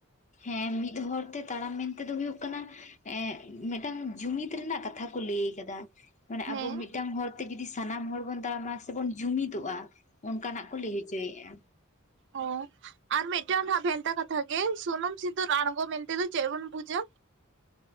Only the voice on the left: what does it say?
ᱦᱮᱸ ᱢᱤᱫ ᱦᱚᱲ ᱛᱮ ᱛᱟᱲᱟᱢ ᱢᱮᱱ ᱛᱮᱫᱚ ᱦᱩᱭᱩᱜ ᱠᱟᱱᱟ ᱮᱜ ᱢᱤᱫᱴᱟᱝ ᱡᱩᱢᱤᱫ ᱨᱮᱱᱟᱜ ᱠᱟᱛᱷᱟ ᱠᱚ ᱞᱟᱹᱭ ᱠᱟᱫᱟ ᱢᱟᱱᱮ
ᱟᱵᱚ ᱢᱤᱫᱴᱟᱱ ᱦᱚᱨᱛᱮ ᱡᱩᱫᱤ ᱥᱟᱱᱟᱢ ᱦᱚᱲ ᱵᱚᱱ ᱛᱟᱲᱟᱢᱟ ᱥᱮ ᱵᱚᱱ ᱡᱩᱢᱤᱫᱚᱜ-ᱟ ᱚᱱᱠᱟᱱᱟᱜ ᱠᱚ ᱞᱟᱹᱭ ᱦᱚᱪᱚᱭᱮᱜ-ᱟ